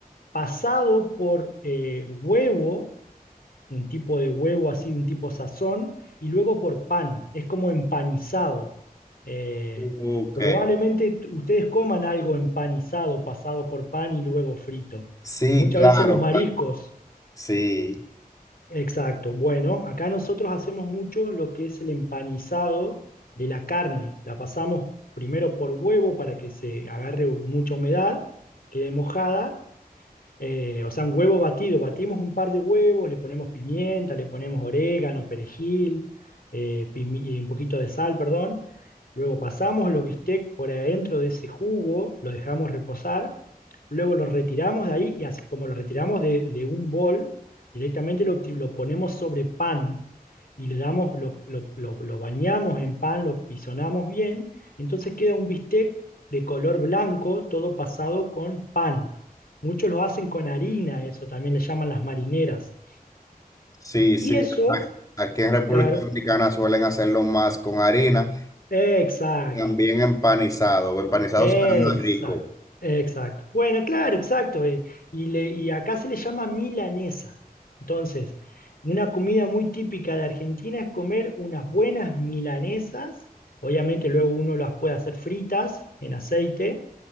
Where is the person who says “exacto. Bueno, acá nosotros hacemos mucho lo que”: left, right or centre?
Left